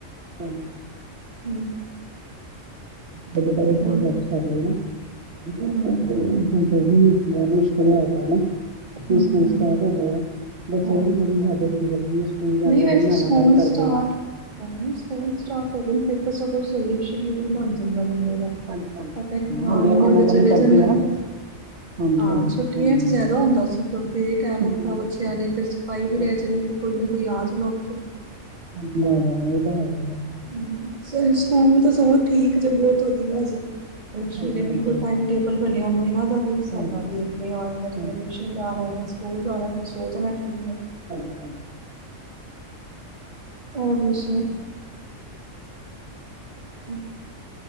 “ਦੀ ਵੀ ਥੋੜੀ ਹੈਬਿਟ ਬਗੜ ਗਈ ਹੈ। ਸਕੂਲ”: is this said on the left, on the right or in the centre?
Right